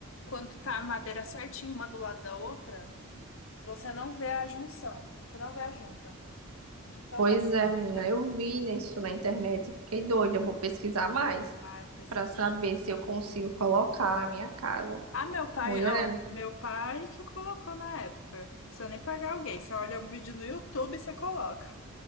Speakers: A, on the left; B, on the right.
A: quando tá a madeira certinha uma do lado da outra, você não vê a junção. Você não vê a junta de tão
B: Pois
A: bom
B: é,
A: que fica.
B: menina, eu vi isso na internet e fiquei doida. Eu vou pesquisar mais
A: Ai, pesquisa.
B: para saber se eu consigo colocar na minha casa.
A: Ah, meu pai,
B: Mulher,
A: ó, meu pai que colocou na época. Não precisa nem pagar alguém. Você olha um vídeo no YouTube e você coloca.